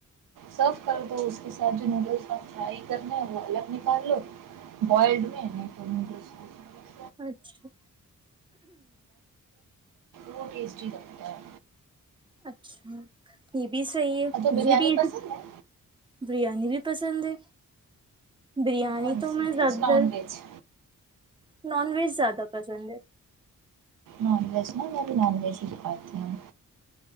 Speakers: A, on the right; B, on the right.
A: سرو کر دو اس کے ساتھ جو نوڈلس فرائی کر لیں وہ الگ نکال لو بوائلڈ میں نہیں تو نوڈلس <inaudible>
B: اچھا
A: وہ ٹسٹی لگتا ہے
B: اچھا یہ بھی صحی ہے
A: تو
B: مجھے
A: بریانی
B: بھی یہ
A: پسند ہے
B: بریانی بھی پسند ہے بریانی
A: کون
B: تو
A: سی
B: میں
A: ویج
B: زیادہ
A: نان
B: تر
A: ویج
B: نان ویج زیادہ پس <inaudible>
A: نان ویج نا میں بھی نان ویج ہی کھاتی ہوں